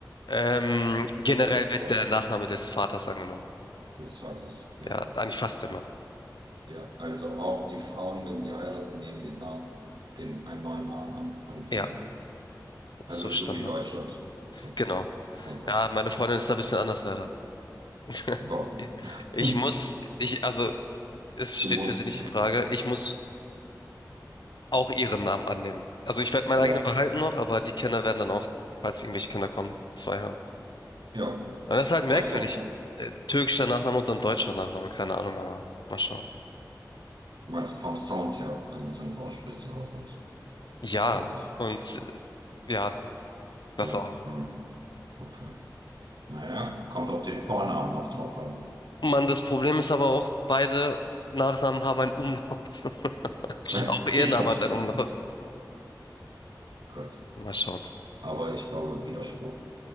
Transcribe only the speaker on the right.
Die Frau
des Vaters. Ja.
Ja, also auch die Frauen, wenn die heiraten, nehmen den Namen, den, einen neuen Namen an von, von
dem Mann.
Also
so wie Deutschland. So,
kann man sagen.
Warum? <laughs>
Du musst.
Ja,
ja.
Ist auch okay.
Meinst du vom Sound her, wenn du es, wenn du es aussprichst oder was meinst
du? Witzig.
Ja,
hm, okay. Naja, kommt auf den Vornamen noch drauf an.
<laughs>
Ich
verstehe.
Gut.
Aber ich glaube, Widerspruch